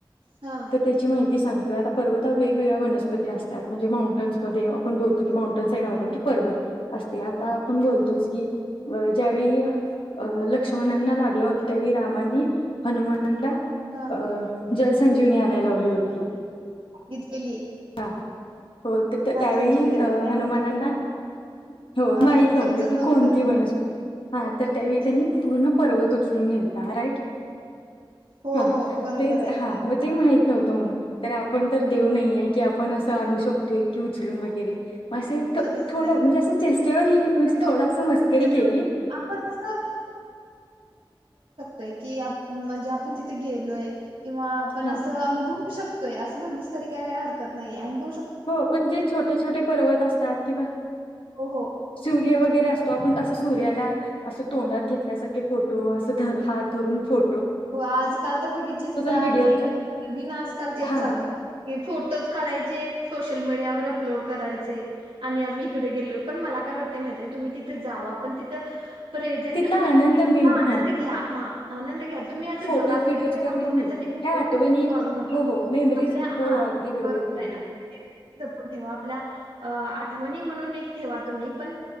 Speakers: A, on the right; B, on the left.
A: हा
B: तर त्याची माहिती सांगतोय आता पर्वतावर वेगवेगळ्या वनस्पती असतात म्हणजे माउंटनस मध्ये आपण बोलतो की माउंटन साईड म्हणजे पर्वत असते आता आपण बोलतोच की ज्यावेळी लक्ष्मणना ना लागल होतं त्यावेळी रामांनी हनुमान मानला
A: हा
B: अ ज ज्यांनी आणया लावली होती.
A: गीटलेली.
B: हा. हो त-त त्यावेळी
A: संजीवनी बुटी आणायला
B: हनुमानांना
A: सांग-
B: हो
A: हा
B: माहित नव्हत
A: समजत
B: की
A: नव्हतं
B: कोणती वनस्पती, हा
A: कोणती
B: तर त्यावेळी
A: आणायची.
B: त्यांनी पूर्ण पर्वत उचलून नेलता, राईट?
A: हो
B: हा
A: हो बरोबर
B: तेच
A: आहे
B: हा मग ते माहिती नव्हत म्हण तर आपण तर देव नाहीये. की आपण असं आणू शकतोय की उचलून वगैरे असं इतकं
A: तस
B: थोड
A: काय
B: म्हणजे
A: नाही
B: असं चेष्टेवारी <unintelligible>
A: तिथे
B: थोडस मस्करी
A: जाऊन
B: केली.
A: आपण असं तय की आप म्हणजे आपण तिथे गेलोय. किंवा आपण
B: हा
A: असं अनुभवू शक तय असं म्हटलीस तरी काय हरकत नाहीय. अनभु
B: हो पण जे छोटे छोटे पर्वत अस तात किंवा
A: हो हो.
B: सूर्य व हेरे असतो आपण ते असं सूर्याला अस तोंडात घेतल्यासारखे फोटो अस धर हात धरून फो
A: हो आजकाल तर बघितलीस ना
B: व्हिडिओ
A: ट्रेंड नवीन आजकाल तेच
B: हा
A: चालू आहे हे फोटोज काढायचे. सोशल मीडियावर अपलोड करायचे आणि आम्ही इकडे गेलो, पण मला काय वाटत माहितय तुम्ही तिथं जावा पण तिथं प्रेझेंट
B: तिथला
A: मध्ये
B: आनंद
A: तुम्ही तिथं
B: मेन
A: आनंद
B: हा
A: घ्या. हा आनंद घ्या. तुम्ही असं
B: फोटोज
A: जगाला
B: व्हिडिओज
A: वगैरे
B: करणे
A: दाखवण्यासाठी
B: नाही
A: फोटो
B: ह्या आठवणी एक
A: काढू नका
B: हो हो मेमरीज
A: आपल्या
B: हो
A: हा
B: हो अगदी
A: बरोबर
B: तुझं
A: आहे जपून ठेवा आपल्या अं आ वणी म्हणून एक ठेवा तुमी पण,